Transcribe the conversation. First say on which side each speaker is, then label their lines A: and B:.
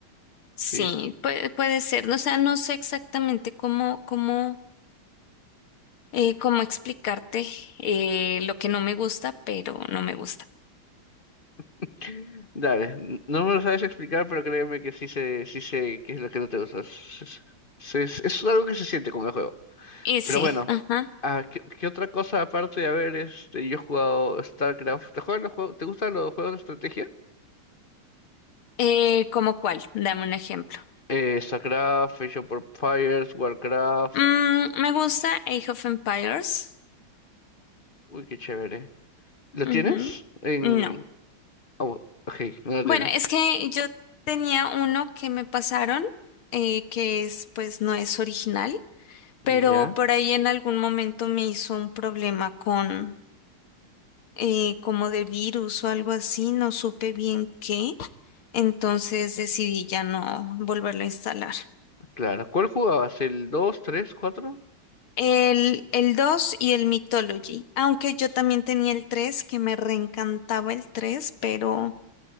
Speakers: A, on the left; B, on the left.
A: Sí.
B: Sí, puede, puede ser. No, O sea, no sé exactamente cómo, cómo, eh, cómo explicarte eh, lo que no me gusta, pero no me gusta.
A: <laughs> Dale, n- no me lo sabes explicar, pero créeme que sí sé, sí sé qué es lo que no te gusta. Es, es- es- es algo que se siente con el juego.
B: Y sí,
A: Pero bueno,
B: ajá.
A: ah, ¿qué, qué otra cosa aparte de haber, este, yo he jugado StarCraft? ¿Te juegan los juegos, te gustan los juegos de estrategia?
B: Eh, ¿cómo cuál? Dame un ejemplo.
A: Eh, StarCraft, Age of Empires, Warcraft.
B: Mm, me gusta Age of Empires.
A: Uy, qué chévere. ¿Lo
B: Ujú.
A: tienes? En...
B: No.
A: Oh, ok, no lo
B: Bueno,
A: tienes.
B: es que yo tenía uno que me pasaron, eh, que es, pues no es original, pero
A: Ya,
B: por ahí en algún momento me hizo un problema con eh, como de virus o algo así, no supe bien qué, entonces decidí ya no volverlo a instalar.
A: claro. ¿Cuál jugabas? ¿El 2, 3, 4?
B: El, el 2 y el Mythology, aunque yo también tenía el 3 que me reencantaba el 3, pero